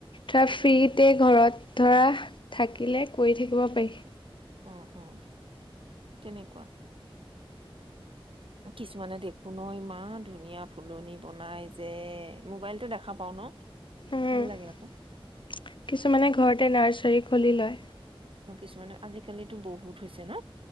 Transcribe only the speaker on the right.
সেইটোৱে।
উম উম তেনেকুৱা কিছুমানে দেখো নয় ই ইমান ধুনীয়া ফুলনি বনাই যে মোবাইলতটো দেখা পাও ন
ভাল লাগে আকৌ
অ কিছুমানে আজিকালিতো বহুত হৈছে ন